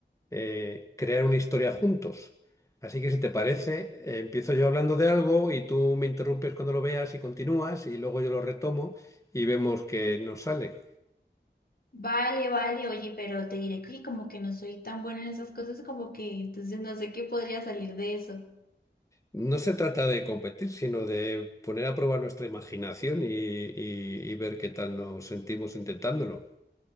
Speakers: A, on the left; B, on the left.
A: eh, crear una historia juntos. Así que si te parece, eh, empiezo yo hablando de algo y tú me interrumpes cuando lo veas y continúas y luego yo lo retomo y vemos qué nos sale.
B: Vale, vale, oye, pero te diré que como que no soy tan buena en esas cosas, como que entonces no sé qué podría salir de eso.
A: No se trata de competir, sino de poner a prueba nuestra imaginación y, y y ver qué tal nos sentimos intentándolo.